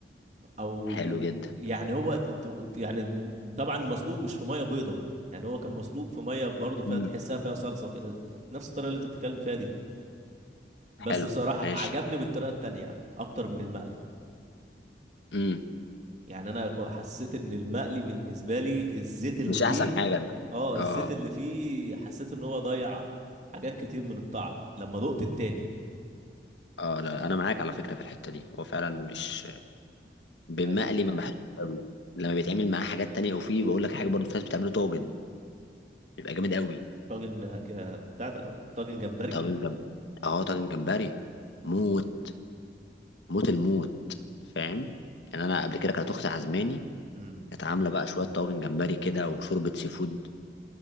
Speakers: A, on the right; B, on the left.
A: او
B: حلو
A: ي-
B: جدا
A: يعني هو تو- يعني م- طبعا مسلوق مش في ميه بيضه يعني هو كان مسلوق في ميه برضه فيها
B: امم
A: تحسها فيها صلصه وكده نفس الطريقه اللي انت بتتكلم فيها دي بس
B: حلو
A: بصراحه
B: ماشي
A: عجبني بالطريقه التانية اكتر من المقلي
B: امم
A: يعني انا كو- حسيت ان المقلي بالنسبه لي الزيت اللي
B: مش
A: فيه
B: احسن حاجه
A: اه
B: اه
A: الزيت اللي فيه حسيت ان هو ضيع حاجات كتير من الطعم لما دقت التاني
B: اه لا انا معاك على فكره في الحته دي هو فعلا مش بالمقلي
A: لا
B: ما بحبش قوي لما بيتعمل معاه حاجات تانية وفي بقول لك حاجة برضو في ناس بتعمله طاجن بيبقى جامد قوي
A: طاجن ك بتاع ده، طاجن جمبري
B: طاجن جمبري اه طاجن جمبري موت موت الموت فاهم يعني انا قبل كده كانت اختي عزماني
A: امم
B: كانت عامله بقى شويه طاجن جمبري كده وشوربه سي فود